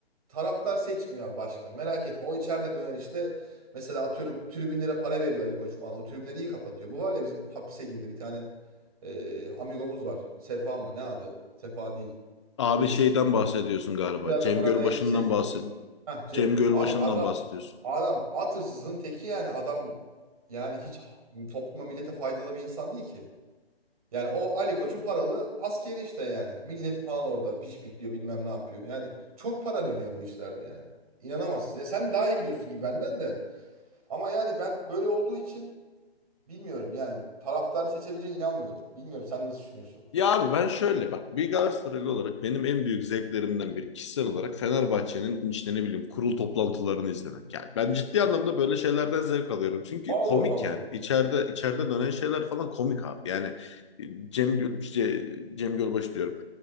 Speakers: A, on the right (about 35°); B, on the left (about 30°).
A: taraftar seçmiyor abi başkanı. Merak etme. O içeride dönen işte mesela atıyorum tribünlere para veriyor Ali Koç falan. O tribünleri iyi kapatıyor. Bu var ya bizim hapse girdi bir tane e, amigomuz var. Sefa mı? Ne adı? Sefa değil.
B: Abi
A: Bilirsin.
B: şeyden bahsediyorsun galiba.
A: Burada
B: Cem
A: burada
B: Gölbaşı'ndan
A: elbise giyiyor.
B: bahsed
A: böyle. Hah Cem.
B: Cem Gölbaşı'ndan
A: Abi adam
B: bahsediyorsun.
A: adam at hırsızın teki yani adam yani hiç topluma millete faydalı bir insan değil ki. Yani o Ali Koç'un paralı askeri işte yani. Milleti falan orada pişpikliyor bilmem ne yapıyor. Yani çok para dönüyor bu işlerde yani. İnanamazsın. Ya sen daha iyi biliyorsun gibi benden de. Ama yani ben böyle olduğu için bilmiyorum yani. Taraftar seçebileceğine inanmıyorum. Bilmiyorum sen nasıl düşünüyorsun?
B: Ya abi ben şöyle bak bir Galatasaraylı olarak benim en büyük zevklerimden biri kişisel olarak Fenerbahçe'nin işte ne bileyim kurul toplantılarını izlemek. Yani ben ciddi anlamda böyle şeylerden zevk alıyorum. Çünkü
A: Allah
B: komik
A: Allah.
B: yani. İçeride içeride dönen şeyler falan komik abi. Yani e, Cem Göl, işte Cem Gölbaş diyorum.